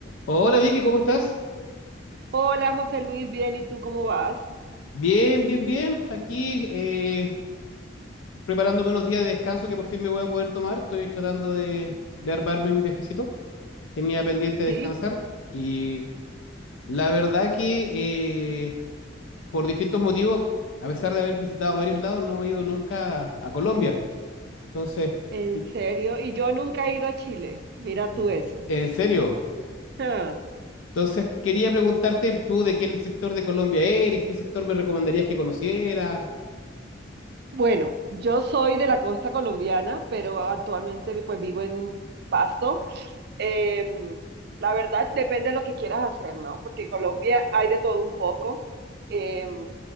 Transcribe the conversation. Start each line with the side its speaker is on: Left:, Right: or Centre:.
Left: Hola Vicky, ¿cómo estás?
Right: Hola José Luis, bien, ¿y tú cómo vas?
Left: Bien, bien, bien. Aquí eh, preparándome unos días de descanso que por fin me voy a poder tomar. Estoy tratando de, de armarme un viajecito. Tenía pendiente descansar
Right: Sí,
Left: y la verdad que eh, por distintos motivos, a pesar de haber visitado varios lados, no he ido nunca a Colombia. Entonces,
Right: en
Left: ti-
Right: serio, y yo nunca he ido a Chile, mira
Left: en,
Right: tú eso.
Left: en serio.
Right: Ah,
Left: Entonces, quería preguntarte tú de qué sector de Colombia eres, qué sector me recomendarías que conociera.
Right: Bueno, yo soy de la costa colombiana, pero actualmente pues vivo en, en Pasto. Em, la verdad depende de lo que quieras hacer, ¿no? Porque en Colombia hay de todo un poco. Em,